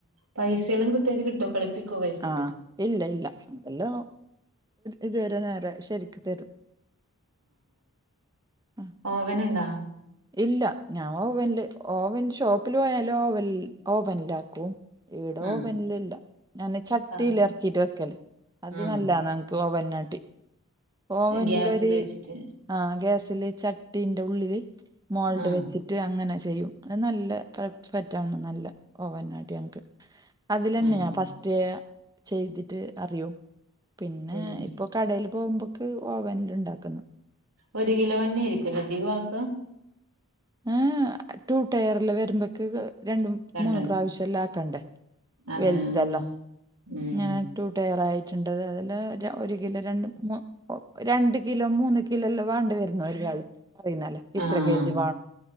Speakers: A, on the right (about 85°); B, on the right (about 20°).
A: പൈസ എല്ലാം കൃത്യായിട്ട് കിട്ടോ കളിപ്പിക്കൂ പൈസക്ക്
B: ആഹ് ഇല്ല ഇല്ല അതെല്ലാം ഇതുവരെ നേര ശരിക്ക് തരും ആ.
A: ആഹ്ഓവൻ ഇണ്ടോ?
B: ഇല്ല ഞാൻ ഓവനില് ഓവൻ ഷോപ്പിൽ പോയാൽ ഓവൻ ഓവൻലാക്കും എവിടോ
A: ആഹ്
B: പനിലല്ല ഞാന് ചട്ടിൽ
A: സാധ
B: ഇറക്കിട്ട് വെക്കല് അത്
A: ആഹ്
B: നല്ല ഓവനാട്ടി ഓവനിലൊര്
A: ഗ്യാസിൽ വെച്ചിട്ട്
B: ആഹ്ഗ്യാസില് ചട്ടീന്റെ ഉള്ളില് മോൾഡ്
A: ആഹ്
B: വെച്ചിട്ട് മറ്റ് അങ്ങനെ ചെയ്യും അത് നല്ല പെറ്റാണ് നല്ല ഓവനാട്ടി ഞങ്ങക്ക് അതിലന്നെ
A: ആഹ്
B: ഫസ്റ്റ് ചെയ്തിട്ട് അറിയൂ പിന്നെ
A: ഉം
B: ഇപ്പൊ കടൽ പോകുമ്പോക്ക് ഓവൻൽ ഇണ്ടാക്കുന്നു
A: ഒരു കിലോ വന്നി ആയിരിക്കല്ലോ അധികാക്ക്
B: ഏഹ് ടു ടയർല് വരുമ്പോക്ക രണ്ടും
A: രണ്ടെണ്ണം
B: മൂന്ന പ്രാവശ്യം എല്ലാം ആക്കണ്ടേ
A: അതെ
B: വലുതെല്ലാം
A: അങ്ങനെ ഉം
B: ഇങ്ങനെ ടു ടയർ ആയിട്ടുണ്ടത് അതില് ഒരു കില ര രണ്ട് മു രണ്ട് കിലോ മൂന്ന് കിലോല്ലാം വേണ്ടിവരുന്ന ഒരാൾ പറയുന്നല്ലോ ഇത്ര
A: ആഹ്
B: കെജി